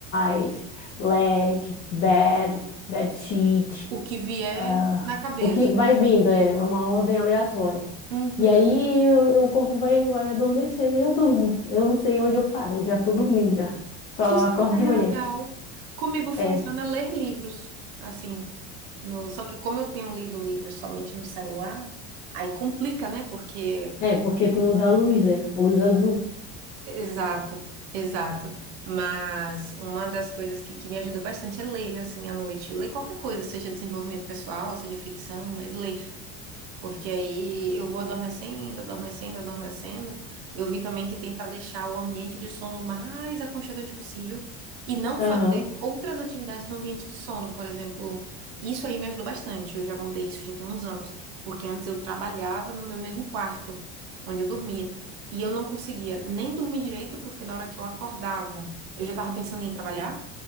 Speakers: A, on the left; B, on the right.
A: eyes, leg, bed, bed sheet.
B: O que vier
A: Ah,
B: na cabeça.
A: o que vai vindo é uma ordem aleatória.
B: Uhum.
A: E aí eu- eu- o corpo vai, vai adormecendo e eu durmo. Eu não sei onde eu paro, eu já tô dormindo já. Só
B: Isso,
A: acordo
B: Natália,
A: de manhã.
B: é legal. Comigo funciona
A: É,
B: ler livros, assim. No... Só que como eu tenho lido livros somente no celular, aí complica, né? Porque.
A: é porque tu usa a luz, né? Luz azul.
B: Exato, exato. Mas uma das coisas que, que me ajuda bastante é ler, assim, à noite. Ler qualquer coisa, seja desenvolvimento pessoal, seja ficção, mas ler. Porque aí eu vou adormecendo, adormecendo, adormecendo. Eu vi também que tentar deixar o ambiente de sono mais aconchegante possível e não
A: Aham.
B: fazer outras atividades no ambiente de sono, por exemplo. Isso aí me ajudou bastante. Eu já mudei isso já tem uns anos, porque antes eu trabalhava no meu mesmo quarto, onde eu dormia. E eu não conseguia nem dormir direito, porque na hora que eu acordava, eu já estava pensando em ir trabalhar.